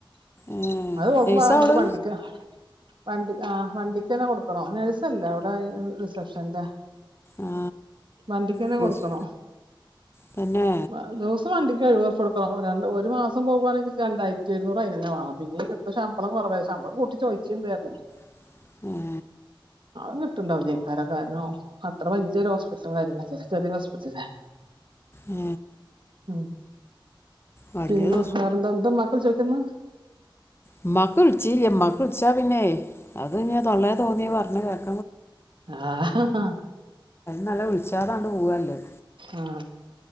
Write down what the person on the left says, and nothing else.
ഏ,
നൈസാ
അവള്
ആ
ഹോസ്
തന്നെ
<inaudible>
ഏ,
വലിയൊരു
ഉമ്മാക്ക്‌ വിളിചീല്യ ഉമ്മാക് വിളിച്ച പിന്നെയ് അത് ഇങ്ങനെ തൊള്ളേ തോന്നിയ പറഞ് പറഞ്
നല്ലത് വിളിചാതെ അങ്ങാണ്ട് പോവാ നല്ലത്